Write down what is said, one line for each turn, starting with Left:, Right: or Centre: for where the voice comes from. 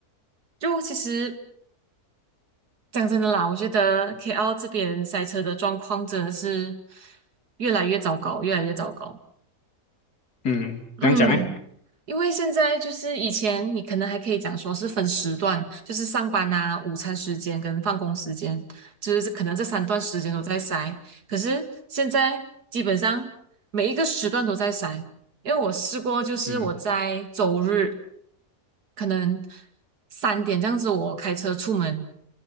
Right: 就其实讲真的啦，我觉得 KL 这边塞车的状况真的是越来越糟糕，越来越糟糕。
Left: 嗯，
Right: 嗯，
Left: 怎样讲呢？
Right: 因为现在就是以前你可能还可以讲说是分时段，就是上班啊、午餐时间跟放工时间，就是可能这三段时间都在塞。可是现在基本上每一个时段都在塞，因为我试过，就是我在周日
Left: 嗯，
Right: 可能三点这样子，我开车出门，